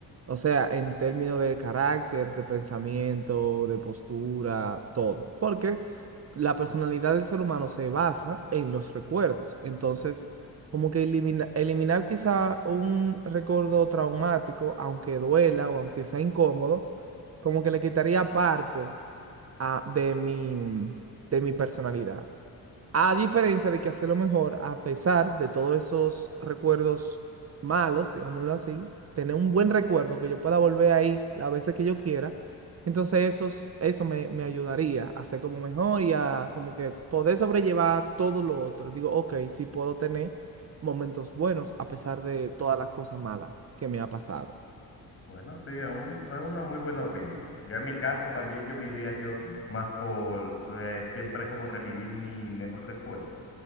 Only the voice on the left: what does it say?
Bueno, sí, es, un- es una muy buena opinión. Yo en mi caso también yo me iría yo más por eh, siempre como revivir mi mejor recuerdo.